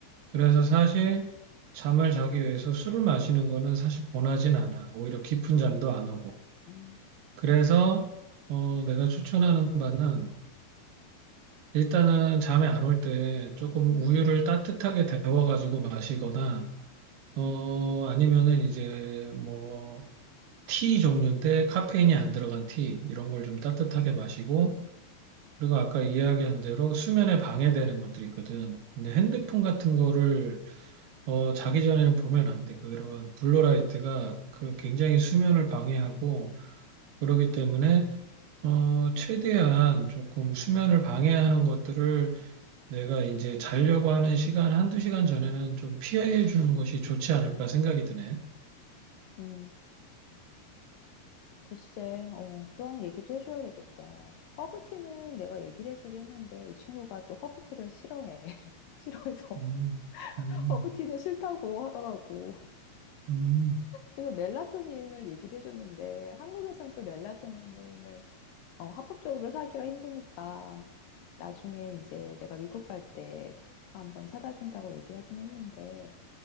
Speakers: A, on the right; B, on the left.
A: 그래서 사실 잠을 자기 위해서 술을 마시는 거는 사실 권하진 않아. 오히려 깊은 잠도 안 오고.
B: 음,
A: 그래서 어, 내가 추천하는 바는 일단은 잠이 안올 때 조금 우유를 따뜻하게 데워가지고 마시거나 어, 아니면은 이제 뭐 티 종류인데 카페인이 안 들어간 티 이런 걸 좀 따뜻하게 마시고 그리고 아까 이야기한 대로 수면에 방해되는 것들이 있거든. 근데 핸드폰 같은 거를 어, 자기 전에는 보면 안 돼. 그런 블루라이트가 그 굉장히 수면을 방해하고 그러기 때문에 어, 최대한 조금 수면을 방해하는 것들을 내가 이제 자려고 하는 시간 한두 시간 전에는 좀 피해 주는 것이 좋지 않을까 생각이 드네.
B: 음. 글쎄, 어, 그런 얘기도 해줘야 되겠다. 허브티는 내가 얘기를 해주긴 했는데 이 친구가 또 허브티를 싫어해. <laughs> 싫어해서
A: 음,
B: <laughs>
A: 음,
B: 허브티는 싫다고 하더라고.
A: 음,
B: 그래서 멜라토닌을 얘기를 해줬는데 한국에선 또 멜라토닌을 어, 합법적으로 사기가 힘드니까 나중에 이제 내가 미국 갈 때 한번 사다 준다고 얘기하긴 했는데